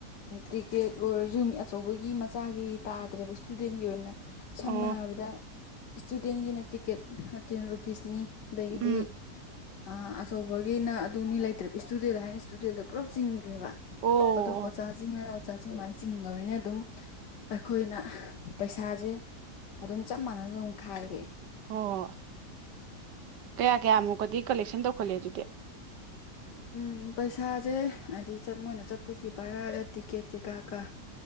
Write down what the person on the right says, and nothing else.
ꯑꯣ
ꯎꯝ
ꯑꯣ
ꯑꯣ ꯍꯣꯏ
ꯑꯣ ꯀꯌꯥ ꯀꯌꯥꯃꯨꯛꯀꯗꯤ ꯀꯂꯦꯛꯁꯟ ꯇꯧꯈꯠꯂꯤ ꯑꯗꯨꯗꯤ